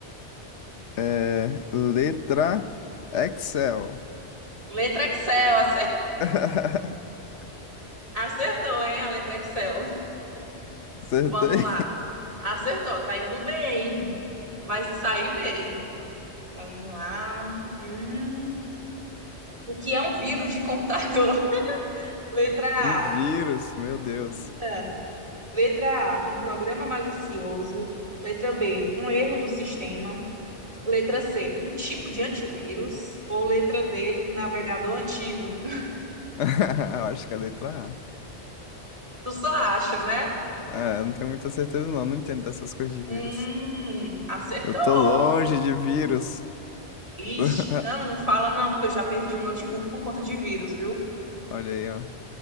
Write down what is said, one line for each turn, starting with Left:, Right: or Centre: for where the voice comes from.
Left: É, letra Excel.
Right: Letra Excel,
Left: <laughs>
Right: <laughs> acertou, hein? A letra Excel.
Left: Acertei.
Right: Vamos lá. Acertou, tá indo bem. Vai sair bem. Vamos lá. Hum, o que é um vírus de computador? <laughs> Letra A.
Left: Um vírus, meu Deus.
Right: Eita. Letra A, um programa malicioso. Letra B, um erro do sistema. Letra C, um tipo de antivírus. Ou letra D, um navegador antigo. <laughs>
Left: <laughs> Eu acho que é a letra
Right: Tu só acha, né?
Left: A. É, não tenho muita certeza não, não entendo dessas coisas de vírus.
Right: Hum, acertou.
Left: Eu tô longe de vírus.
Right: Ixi,
Left: <laughs>
Right: não, não fala não, porque eu já perdi um notebook por conta de vírus, viu?
Left: Olha aí, ó.